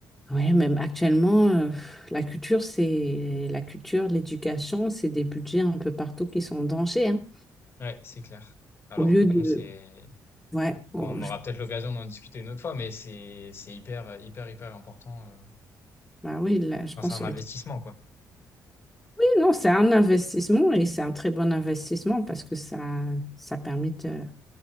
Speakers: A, in the centre; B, on the left.
A: Oui, même actuellement, euh, la culture, c'est la culture, l'éducation, c'est des budgets un peu partout qui sont en danger, hein.
B: Ouais, c'est clair. Alors
A: Au lieu
B: que bon,
A: de,
B: c'est,
A: Ouais, oh,
B: enfin, on
A: je-
B: aura peut-être l'occasion d'en discuter une autre fois, mais c'est, c'est hyper, hyper, hyper important. euh.
A: bah oui, là, je
B: Enfin,
A: pense
B: c'est un
A: que ça aurait
B: investissement,
A: été-
B: quoi.
A: Oui, non, c'est un investissement et c'est un très bon investissement parce que ça, ça permet de-